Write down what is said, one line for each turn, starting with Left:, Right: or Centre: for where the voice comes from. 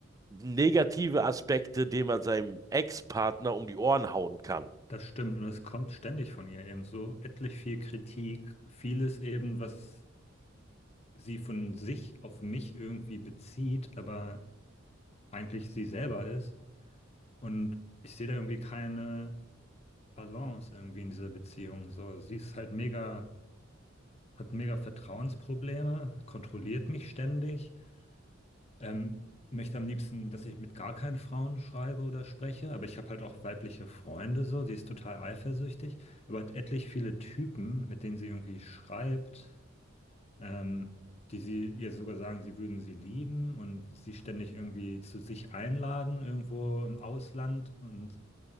Right: negative Aspekte, die man seinem Ex-Partner um die Ohren hauen kann.
Left: das stimmt. Und es kommt ständig von ihr eben so etlich viel Kritik, vieles eben, was sie von sich auf mich irgendwie bezieht, aber eigentlich sie selber ist. Und ich sehe da irgendwie keine Balance irgendwie in dieser Beziehung. So, sie ist halt mega, hat mega Vertrauensprobleme, kontrolliert mich ständig Ähm, möchte am liebsten, dass ich mit gar keinen Frauen schreibe oder spreche, aber ich habe halt auch weibliche Freunde so, die ist total eifersüchtig, aber hat etlich viele Typen, mit denen sie irgendwie schreibt, ähm, die sie ihr sogar sagen, sie würden sie lieben und sie ständig irgendwie zu sich einladen, irgendwo im Ausland und